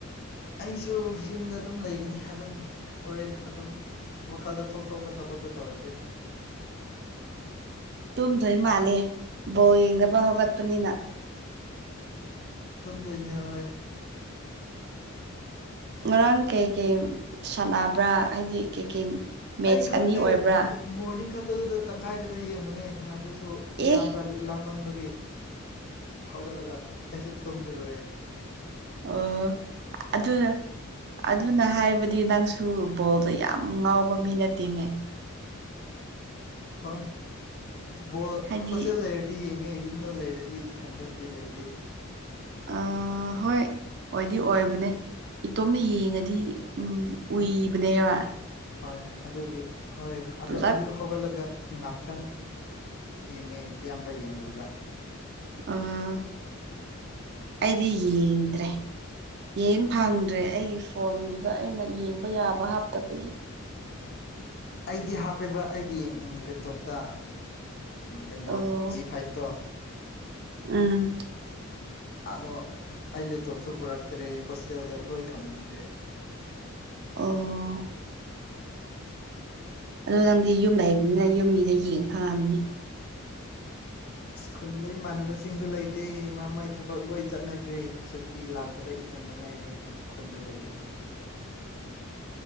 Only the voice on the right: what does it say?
ꯇꯨꯝꯗꯣꯏ ꯃꯥꯜꯂꯦ ꯕꯣ ꯌꯦꯡꯅꯕ ꯍꯧꯒꯠꯄꯅꯤꯅ
ꯉꯔꯥꯡ ꯀꯩꯀꯩ ꯁꯥꯟꯅꯕ꯭ꯔꯥ ꯍꯥꯏꯗꯤ ꯀꯩꯀꯩ ꯃꯦꯠꯁ
ꯑꯅꯤ ꯑꯣꯏꯕ꯭ꯔꯥ
ꯑꯦ
ꯑꯣ ꯑꯗꯨ ꯑꯗꯨꯅ ꯍꯥꯏꯕꯗꯤ ꯅꯪꯁꯨ ꯕꯣꯜꯗ ꯌꯥꯝ ꯉꯥꯎꯕ ꯃꯤ ꯅꯠꯇꯦꯅꯦ
ꯍꯥꯏꯗꯤ
ꯑꯥ ꯍꯣꯏ ꯑꯣꯏꯗꯤ ꯑꯣꯏꯕꯅꯦ ꯏꯇꯣꯝꯅ ꯌꯦꯡꯉꯗꯤ ꯎꯝ ꯎꯨꯏꯕꯅꯦꯕ
ꯄꯨꯂꯞ
ꯑꯣ ꯑꯩꯗꯤ ꯌꯦꯡꯗ꯭ꯔꯦ ꯌꯦꯡ ꯐꯪꯗ꯭ꯔꯦ ꯑꯩꯒꯤ ꯐꯣꯟꯗꯨꯗ ꯑꯩꯅ ꯌꯦꯡꯕ ꯌꯥꯕ ꯍꯥꯞꯇꯕꯒꯤ
ꯑꯣ
ꯎꯝ
ꯑꯣ ꯑꯗꯣ ꯅꯪꯗꯤ ꯌꯨꯝ ꯂꯩꯕꯅꯤꯅ ꯌꯨꯝꯒꯤꯗ ꯌꯦꯡ ꯐꯪꯉꯥꯝꯅꯤ